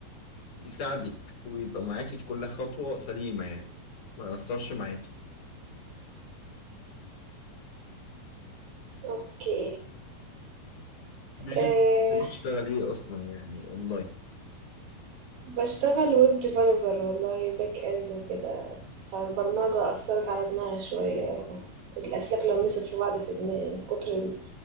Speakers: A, on the left; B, on the right.
A: يساعدك ويبقى معاكي في كل خطوة سليمة يعني ما يأثرش معاكي
B: اوكي
A: قولي
B: أه
A: لي انت بتحبي تشتغلي ايه اصلا يعني اونلاين
B: بشتغل ويب ديفلوبر والله باك اند وكده فالبرمجة اثرت على دماغي شوية الاسلاك لمست في بعض في دماغي من كتر ال-